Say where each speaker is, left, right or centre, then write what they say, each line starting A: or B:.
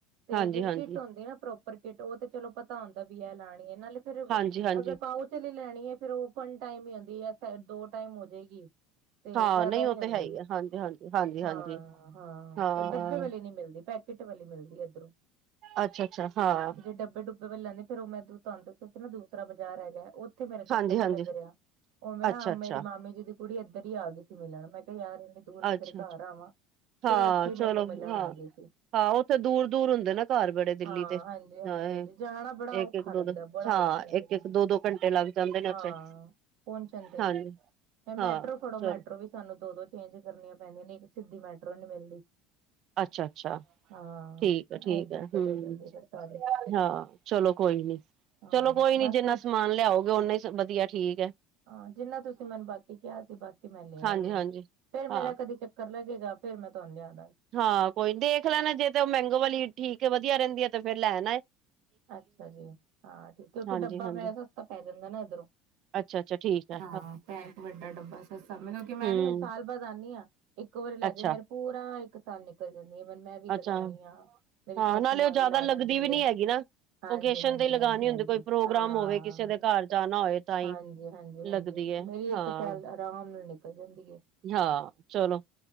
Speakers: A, on the right; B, on the right.
A: ਤੇ
B: ਹਾਂਜੀ-ਹਾਂਜੀ।
A: ਜਿਹੜੀ ਕਿੱਟ ਹੁੰਦੀ ਨਾ ਪ੍ਰੋਪਰ ਕਿੱਟ ਉਹ ਤੇ ਚਲੋ ਪਤਾ ਹੁੰਦਾ ਵੀ ਇਹ ਲਾਣੀ ਐ। ਨਾਲੇ ਫੇਰ
B: ਹਾਂਜੀ-ਹਾਂਜੀ
A: ਅਗਰ ਪਾਓਚ ਆਲੀ ਲੈਣੀ ਹੈ ਫੇਰ ਉਹ ਵਣ ਟਾਈਮ ਹੀ <unintelligible> ਦੋ ਟਾਈਮ ਹੋਜੇਗੀ। ਤੇ
B: ਹਾਂ
A: ਜ਼ਿਆਦਾ
B: ਨਹੀਂ
A: ਨੀ
B: ਉਹ
A: ਹੁੰਦੀ।
B: ਤੇ ਹੈ ਹੀ ਹੈ ਹਾਂਜੀ-ਹਾਂਜੀ, ਹਾਂਜੀ-ਹਾਂਜੀ
A: ਹਾਂ, ਹਾਂ।
B: ਹਾਂ
A: ਫ ਡੱਬੇ ਵਾਲੀ ਨੀ ਮਿਲਦੀ। ਪੈਕੇਟ ਵਾਲੀ ਮਿਲਦੀ ਐ ਇਧਰੋਂ।
B: ਅੱਛਾ-ਅੱਛਾ ਹਾਂ
A: ਜੇ ਡੱਬੇ ਡੁੱਬੇ ਵੇ ਲਾਂ ਨੇ ਫੇਰ ਉਹ ਮੈਂ ਦ ਨਾ ਦੂਸਰਾ ਬਾਜ਼ਾਰ ਹੈਗਾ। ਉੱਥੇ ਮੇਰਾ ਚੱਕਰ
B: ਹਾਂਜੀ-ਹਾਂਜੀ
A: ਨੀ ਲੱਗ ਰਿਹਾ ਉਹਵੇਂ ਨਾ
B: ਅੱਛਾ-ਅੱਛਾ,
A: ਮੇਰੀ ਮਾਮੀ ਜੀਦੀ ਕੁੜੀ ਇੱਧਰ ਹੀ ਆ ਗਈ ਸੀ ਮਿਲਣ। ਮੈਂ ਕਿਹਾ ਯਾਰ ਦੂਰ ਮੈਂ
B: ਅੱਛਾ-ਅੱਛਾ
A: ਤੇਰੇ ਘਰ ਆਵਾਂ
B: ਹਾਂ
A: ਫੇਰ ਉਹ ਇੱਥੇ ਹੀ
B: ਚਲੋ
A: ਮੈਨੂੰ ਮਿਲਣ
B: ਹਾਂ
A: ਆ ਗਏ ਸੀ।
B: ਹਾਂ ਉੱਥੇ ਦੂਰ-ਦੂਰ ਹੁੰਦੇ ਨਾ ਘਰ ਬੜੇ ਦਿੱਲੀ
A: ਹਾਂ,
B: ਤੇ
A: ਹਾਂਜੀ, ਹਾਂਜੀ,
B: ਹਾਂ
A: ਹਾਂਜੀ। ਜਾਣਾ ਬੜਾ
B: ਇੱਕ
A: ਔਖਾ
B: ਇੱਕ ਦੋ
A: ਲੱਗਦਾ।
B: ਦੋ
A: ਬੜਾ
B: ਹਾਂ
A: ਔਖਾ ਔਖਾ ਲੱਗਦਾ।
B: ਇੱਕ ਇੱਕ ਦੋ ਦੋ ਘੰਟੇ ਲੱਗ ਜਾਂਦੇ ਨੇ
A: ਹਾਂ,
B: ਉੱਥੇ
A: ਪਹੁੰਚਣ ਦੇਈ।
B: ਹਾਂਜੀ
A: ਇਹ ਮੈਟਰੋ
B: ਹਾਂ
A: ਫੜੋ
B: ਚਲੋ
A: ਮੈਟਰੋ ਵੀ ਸਾਨੂੰ ਦੋ ਦੋ ਚੇਂਜ ਕਰਨੀਆਂ ਪੈਂਦੀਆਂ ਨੇ ਇੱਕ ਸਿੱਧੀ ਮੈਟਰੋ ਨੀ ਮਿਲਦੀ।
B: ਅੱਛਾ, ਅੱਛਾ।
A: ਹਾਂ
B: ਠੀਕ ਐ। ਠੀਕ
A: ਇਹ ਦਿੱਕਤ
B: ਐ। ਹੂੰ,
A: ਹੋ ਜਾਂਦੀ ਫਿਰ ਸਾਰੀ
B: ਹਾਂ ਚਲੋ ਕੋਈ ਨੀ।
A: ਹਾਂ
B: ਚਲੋ ਕੋਈ ਨੀ
A: ਬਾਕੀ
B: ਜਿੰਨਾ ਸਮਾਨ ਲਿਆਓਗੇ ਓਨਾ ਈ ਵਧੀਆ। ਠੀਕ ਐ।
A: ਹਾਂ, ਜਿੰਨਾ ਤੁਸੀਂ ਮੈਨੂੰ ਬਾਕੀ ਕਿਹਾ ਸੀ ਬਾਕੀ ਮੈਂ ਲੇ
B: ਹਾਂਜੀ
A: ਆਈ ਹਾਂ।
B: ਹਾਂਜੀ
A: ਫੇਰ
B: ਹਾਂ
A: ਮੇਰਾ ਕਦੇ ਚੱਕਰ ਲੱਗੇ। ਫੇਰ ਮੈਂ ਤੁਹਾਨਂਦੀਆ।
B: ਹਾਂ, ਕੋਈ ਦੇਖ ਲੈਣਾ ਜੇ ਤੇ ਉਹ ਮੈਂਗੋ ਵਾਲੀ। ਠੀਕ ਵਧੀਆ ਰਹਿੰਦੀ ਹੈ ਤੇ ਫੇਰ ਲੈ ਨਾ।
A: ਅੱਛਾ ਜੀ, ਹਾਂ ਠੀਕ। ਕਿਉਂਕਿ
B: ਹਾਂਜੀ
A: ਡੱਬਾ
B: ਹਾਂਜੀ
A: ਸਸਤਾ ਪੈ ਜਾਂਦਾ ਨਾ ਇੱਧਰੋਂ।
B: ਅੱਛਾ ਅੱਛਾ ਠੀਕ ਹੈ
A: ਹਾਂ ਪੈ ਇੱਕ ਵੱਡਾ ਡੱਬਾ ਸ ਮਤਲਬ ਮੈਂ
B: ਹਮ
A: ਵੀ ਹੁਣ ਸਾਲ ਬਾਅਦ ਆਦੀ ਹਾਂ। ਇੱਕੋ ਵਾਰੀ ਲੈਜੇ
B: ਅੱਛਾ
A: ਮੇਰਾ ਪੂਰਾ ਇੱਕ ਸਾਲ ਨਿਕਲ ਜਾਂਦੀ ਵਨ ਮੈਂ ਵੀ
B: ਅੱਛਾ
A: ਲਗਾਦੀ ਹਾਂ। ਮੇਰੀ
B: ਹਾਂ
A: ਸਾਸੂ
B: ਨਾਲੇ
A: ਮਾਂ
B: ਉਹ ਜ਼ਿਆਦਾ
A: ਵੀ ਲਾ
B: ਲੱਗਦੀ
A: ਲੈਂਦੀ
B: ਵੀ
A: ਏ।
B: ਨੀ ਹੈਗੀ ਨਾ।
A: ਹਾਂਜੀ,
B: ਓਕੇਸ਼ਨ
A: ਹਾਂਜੀ,
B: ਤੇ ਲਗਾਣੀ
A: ਹਾਂਜੀ, ਹਾਂਜੀ।
B: ਹੁੰਦੀ ਕੋਈ ਪ੍ਰੋਗਰਾਮ
A: ਹਾਂ,
B: ਹੋਵੇ ਕਿਸੇ ਦੇ ਘਰ ਜਾਣਾ ਹੋਏ ਤਾਂ ਹੀ
A: ਹਾਂਜੀ, ਹਾਂਜੀ,
B: ਲੱਗਦੀ
A: ਹਾਂਜੀ। ਹਾਂਜੀ, ਹਾਂਜੀ।
B: ਹੈ।
A: ਮੇਰੀ
B: ਹਾਂ,
A: ਇੱਕ ਸਾਲ ਆਰਾਮ ਨਾਲ ਨਿਕਲ ਜਾਂਦੀ ਏ।
B: ਹਾਂ, ਚਲੋ।